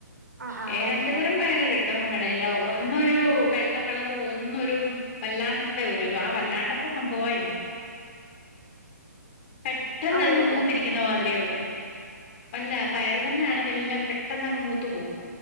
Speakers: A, on the right (about 85°); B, on the left (about 40°).
A: ആ ആ
B: ഏ
A: മനസ്സിലായി
B: രണ്ടു തരം പയറ് കിട്ടും <unintelligible> എല ഒന്നൊരു
A: മനസ്സിലായി
B: വെള്ള കളർ ഒന്നൊരു വല്ലാണ്ടത്തെ ഒരു ആ വല്ലാണ്ടത്തെ സംഭവമായിത് പെട്ടെന്ന്
A: അവരൊക്കെയാ
B: അങ്ങ് മൂത്തിരിക്കുന്ന മാതിരിയ ഒള്ളേ. വല്ല പയറ് തന്നാണ്, വല്ല പെട്ടെന്നങ്ങ് മൂത്ത് പോവും,